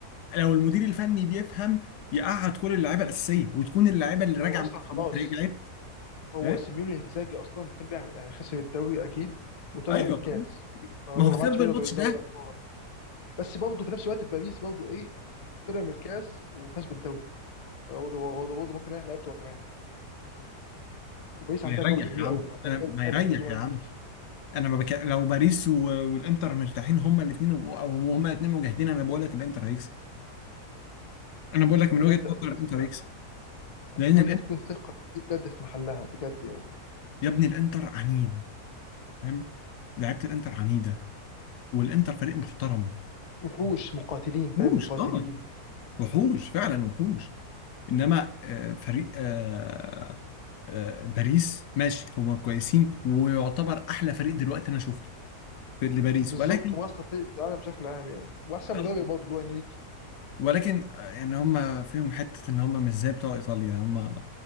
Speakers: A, on the left; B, on the left.
A: لو المدير الفني بيفهم يقعد كل اللعيبه الاساسيه وتكون اللعيبه اللي راجعه
B: هو اصلا
A: من التصفيات
B: خلاص
A: رجعت
B: هو
A: إيه؟
B: سيميوني انزاجي اصلا طلع يعني خسر الدوري اكيد وطلع
A: ايوه
B: من الكاس
A: خلاص.
B: فهو
A: ما هو بسبب
B: ما عادش باله
A: الماتش
B: غير دوري
A: ده
B: الابطال بس برضه في نفس الوقت باريس برضه ايه طلع من الكاس وفاز بالدوري هو برضه هو برضه ممكن يريح لعيبته هو كمان وباريس
A: ما
B: عندها
A: يريح
B: جودة كبيرة
A: يا عم
B: قوي وعندها
A: انا
B: مدرب
A: ما
B: حلو
A: يريح
B: اللي هو
A: يا
B: انريكي
A: عم انا ما بك... لو باريس و... والانتر مرتاحين هما الاثنين او هما الاثنين مجاهدين انا بقول لك الانتر هيكسب انا بقول
B: بجد
A: لك من وجهه
B: اتمنى
A: نظر الانتر هيكسب
B: اتمنى
A: لان الانتر
B: تكون ثقة دي بجد في محلها بجد يعني
A: يا ابني الانتر عنيد فاهم لعيبه الانتر عنيده والانتر فريق محترم
B: وحوش مقاتلين
A: وحوش
B: فاهم مقاتلين
A: اه وحوش فعلا وحوش انما آه، فريق آه، آه، باريس ماشي هما كويسين ويعتبر احلى فريق دلوقتي انا شفته في لباريس
B: بالظبط
A: ولكن
B: هو اصلا في في العالم بشكل عام يعني واحسن
A: آه،
B: مدرب برضه اللي هو انريكي
A: ولكن آه، يعني هما فيهم حته ان هما مش زي بتوع ايطاليا هما